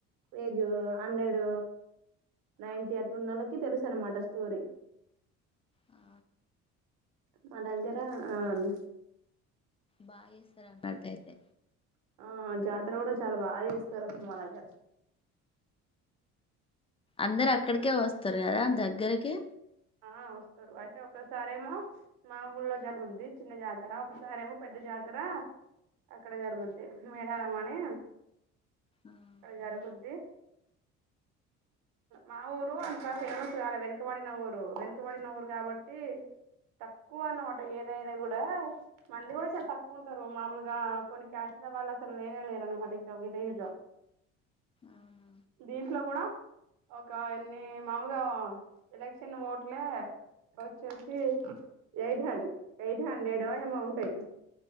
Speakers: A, on the right (about 85°); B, on the left (about 20°).
A: ఏజ్ హండ్రెడ్ నైన్టీ అట్లు ఉన్నళ్ళకి తెలుసు అనమాట స్టోరీ
B: అ
A: మ దగర ఆమ్
B: బా చేస్తారు అన్నట్టు అయితే
A: ఆ జాతర కూడా చాలా బాగా చేస్తారు అసలు మా దగ్గర
B: అందరు అక్కడికే వస్తారు కదా దగ్గరకి
A: ఆ వస్తారు అయితే ఒకసారేమో మా ఊళ్ళలో జరుగుంది చిన్న జాతర ఒకసారేమో పెద్ద జాత్ జాతర అక్కడ జరుగుద్ది మేడారమణి
B: ఆహా
A: అక్కడ జరుగుంది మా ఊరు అంత ఫేమస్ కాలే వెనకబడి నా ఊరు డు వెనుకబడిన ఊరు కాబట్టి తక్కువ అన్నమాట ఏదైనా కూడా మంది కూడా చాలా తక్కువ ఉంటారు మామూలుగా కొన్ని క్యాష్ వళు అసలు లేనే లేరు మటటికి విలేజ్
B: అవునా
A: దీంట్లో కూడా ఒక ఇన్ని మామూలుగా ఏక్ చిన్న ఓట్ల లే వచ్చేసి ఎయిట్ హండ ఎయిట్ హండ్రెడ్ ఏమౌంటాయి